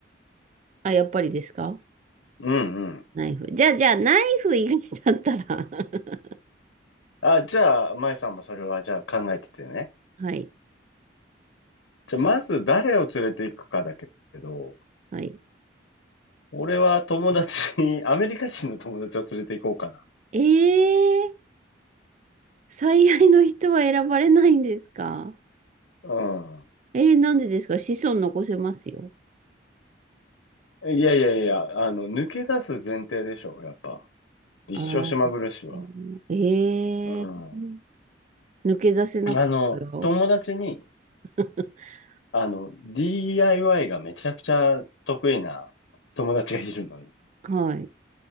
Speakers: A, on the right; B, on the left.
A: あ、やっぱりですか
B: うん、うん。
A: ナイフ。じゃあ、じゃあナイフ以外だったら <laughs>
B: あ、じゃあ、舞さんもそれはじゃあ考えててね。
A: はい、
B: じゃあ、まず誰を連れていくかだけど、
A: はい。
B: 俺は友達、<laughs> アメリカ人の友達を連れて行こうかな。
A: えー、最愛の人は選ばれないんですか
B: う
A: えー、なんでですか子孫残せますよ。
B: ん。いやいやいや、あの、抜け出す前提でしょ、やっぱ。一生島暮らしは。
A: ああ、ええー。
B: うん。
A: 抜け出せなかったよ。
B: あの、友達に、
A: <laughs>
B: あの、DIY がめちゃくちゃ得意な友達がいるのね。
A: はい。